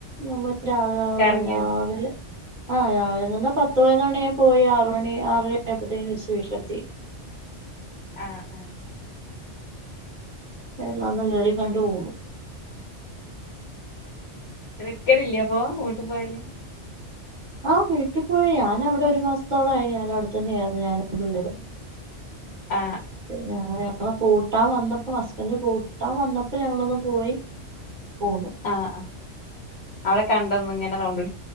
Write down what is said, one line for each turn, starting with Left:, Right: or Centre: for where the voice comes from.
Right: നമ്മ രാവിലെ ര
Left: കറങ്ങിയോ
Right: രാവിലെ ആഹ് രാവിലെന്ന്ന്നാ പത്ത് പതിനൊന്നണിയാ പോയി ആറ് മണി ആറര ആയപ്പോഴത്തേനി തിരിച്ച് വീട്ടിലെത്തി
Left: ആഹ് ആഹ്
Right: എല്ലാംന്ന് കയറിക്കണ്ടു പോന്നു
Left: നക്കലില്ലപ്പൊ വീട്ട് പോയാല്
Right: ആ വീട്ടിൽ പോയി ഞാൻ അവിടെ ഒരു മാസത്തോളായി ഞാൻ അവിടെത്തന്നെ ആയിര്ന്ന് ഞാനും പിള്ളേരും
Left: ആ
Right: ഞങ്ങളെ കൂട്ടാൻ വന്നപ്പോ ഹസ്ബൻന്റ് കൂട്ടാൻ വന്നപ്പോ ഞങ്ങളൊന്ന് പോയി പോന്നു
Left: ആഹ് ആ അവിടെ കണ്ടന്ന് ഇങ്ങനെ റൗണ്ട്